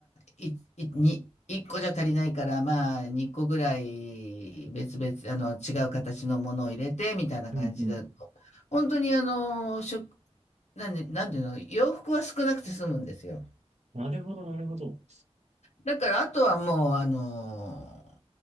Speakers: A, on the left (about 80°); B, on the right (about 85°).
A: い、い、に、1個じゃ足りないから、まあ、2個ぐらい別々、あの、違う形のものを入れて、みたいな感じだと、
B: うんうん。
A: 本当にあの、食、なんで、なんていうの、洋服は少なくて済むんですよ。
B: なるほど、なるほど。
A: だからあとはもう、あのー